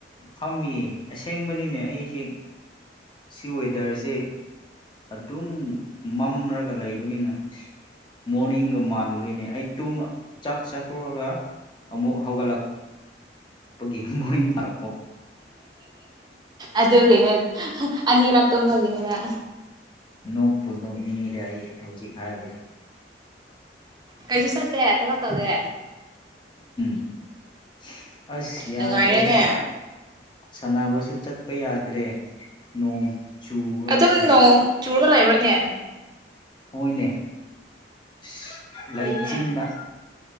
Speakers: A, on the left (about 25°); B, on the right (about 25°).
A: ꯐꯝꯃꯤꯌꯦ ꯑꯁꯦꯡꯕꯅꯤꯅꯦ ꯑꯩꯁꯤ ꯁꯤ ꯋꯦꯗꯔꯁꯦ ꯑꯗꯨꯝ ꯃꯝꯔꯒ ꯂꯩꯕꯅꯤꯅ ꯃꯣꯔꯅꯤꯡꯒ ꯃꯥꯜꯂꯨꯔꯦꯅꯦ ꯑꯩ ꯇꯨꯝ ꯆꯥꯛ ꯆꯥꯠꯇꯣꯛꯑꯒ ꯑꯃꯨꯛ ꯍꯧꯒꯠꯂꯛ <unintelligible>
B: ꯑꯗꯨꯒꯦꯅꯦ ꯑꯅꯤꯔꯥꯛ ꯇꯒꯦꯅꯦꯅ
A: ꯅꯣꯛꯄꯨ ꯅꯣꯛꯅꯤꯡꯉꯤꯗ ꯑꯩ ꯍꯧꯖꯤꯛ ꯍꯥꯏꯕꯗꯣ
B: ꯀꯩꯁꯨ ꯆꯠꯇꯦ ꯊꯕꯛ ꯇꯧꯗꯦ
A: <unintelligible> <unintelligible> ꯑꯁ ꯌꯥꯗꯔꯦ
B: ꯅꯨꯡꯉꯥꯏꯔꯦꯅꯦ
A: ꯁꯥꯟꯅꯕꯁꯨ ꯆꯠꯄ ꯌꯥꯗ꯭ꯔꯦ ꯅꯣꯡ ꯆꯨꯕꯗꯨꯒ
B: ꯑꯗꯨꯝ ꯅꯣꯡ ꯆꯨꯔꯒ ꯂꯥꯏꯕ꯭ꯔꯅꯦ
A: ꯑꯣꯏꯅꯦ ꯁ ꯂꯩꯆꯤꯟꯅ
B: ꯐꯩꯅꯦ